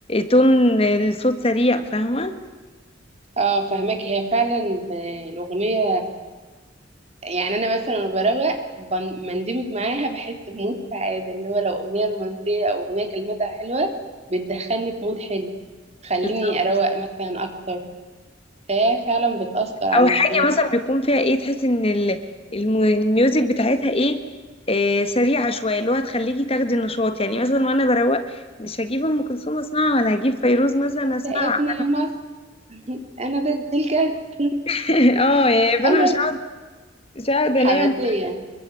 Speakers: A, on the left; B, on the right.
A: تون الصوت سريع فاهمة
B: اه فهماك هي فعلا ب- الأغنية يعني أنا مثلا لما بروق بن- بندمج معاها بحس بمود سعادة اللي هو لو أغنية رومانسية أو أغنية كلماتها حلوة بتدخلني في مود حلو تخليني
A: بالظبط
B: أروق مثلا أكتر فهي فعلا بتأثر على
A: او حاجه
B: نفسيتي
A: مثلا بيكون فيها ايه تحس ان ال- الم- الميوزك بتاعتها ايه آه سريعه شويه اللي هو هتخليكي تاخدي النشاط يعني مثلا وانا بروق مش هجيب ام كلثوم اسمعها ولا هجيب فيروز مثلا
B: انت
A: اسمعها
B: ابني يا مصر أنا ضد الكسل
A: <laughs> اه يعني فانا
B: انا
A: مش هقعد مش هقعد
B: حماسيه
A: انام